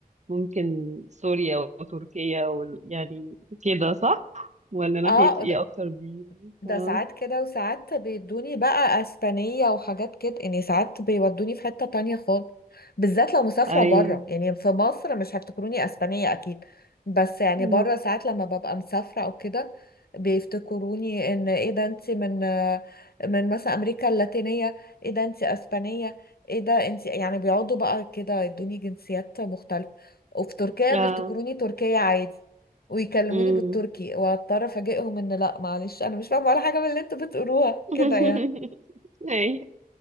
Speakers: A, on the right (about 45°); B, on the left (about 75°).
A: ممكن سوريا وتركيا وال... يعني كده صح ولا ناحية
B: اه
A: ايه اكتر دي
B: ده
A: اه
B: ساعات كده وساعات بيدوني بقى اسبانية وحاجات كده يعني ساعات بيودوني في حتة تانية خالص بالذات لو مسافرة
A: ايوه
B: بره يعني في مصر مش هيفتكروني اسبانية اكيد بس يعني
A: مم.
B: بره ساعات لما ببقى مسافرة او كده بيفتكروني ان ايه ده انت من من مثلا امريكا اللاتينية ايه ده انت اسبانية ايه ده انت يعني بيقعدوا بقى كده يدوني جنسيات مختلفة وفي تركيا
A: اه
B: بيفتكروني تركية عادي ويكلموني
A: مم.
B: بالتركي واضطر افاجئهم ان لا معلش انا مش فاهمه ولا حاجه من اللي انتوا بتقولوها
A: <laughs>
B: كده يعني
A: اي